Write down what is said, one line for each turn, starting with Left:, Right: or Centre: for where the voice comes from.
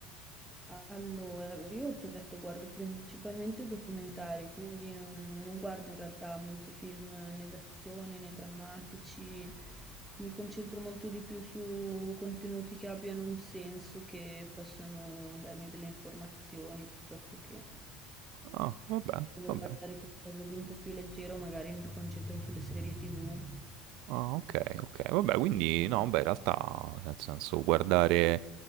Centre: Allora, io ti ho detto, guardo principalmente documentari, quindi non, non guardo in realtà molti film né d'azione né drammatici, mi concentro molto di più su contenuti che abbiano un senso, che possono darmi delle informazioni, piuttosto che
Right: Ah, oh, vabbè,
Centre: se devo
Right: vabbè,
Centre: guardare qualcosa di un po' più leggero, magari mi concentro sulle serie TV.
Right: Ah, okay, okay. Vabbè, quindi no, beh, in realtà, nel senso, guardare